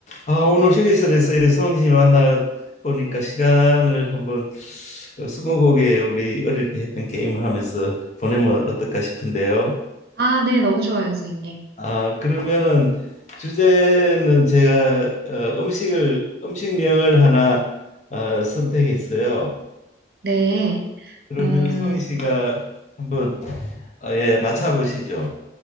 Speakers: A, on the left (about 40°); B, on the right (about 60°).
A: 아, 오늘 휴게실에서 이래 성희 씨 만나 보니까 시간을 한번 어, 스무고개 우리 어릴 때 했던 게임을 하면서 보내면 어떨까 싶은데요.
B: 아, 네, 너무 좋아요, 선생님.
A: 아, 그러면은 주제는 제가 어, 음식을 음식명을 하나 어, 선택했어요.
B: 네,
A: 그러면
B: 음,
A: 성희 씨가 한번 어, 예, 맞춰 보시죠.